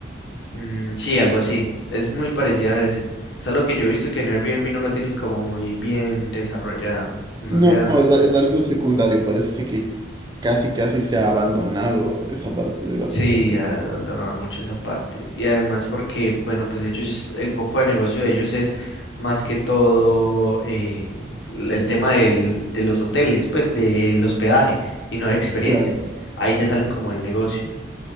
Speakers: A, on the left (about 75°); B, on the right (about 20°).
A: Mm, sí, algo así. Es muy parecida a ese. Es algo que yo he visto que en Airbnb no la tienen como muy bien desarrollada. No
B: No,
A: le dan.
B: es, a- es algo secundario, parece que casi casi se ha abandonado esa parte de la
A: Sí,
B: aplicación.
A: abandonaron mucho esa parte. Y además porque, bueno, pues ellos, el foco de negocio de ellos es más que todo eh, l- el tema del, de los hoteles, pues del hospedaje y no de experiencias.
B: Claro.
A: Ahí se salen como del negocio.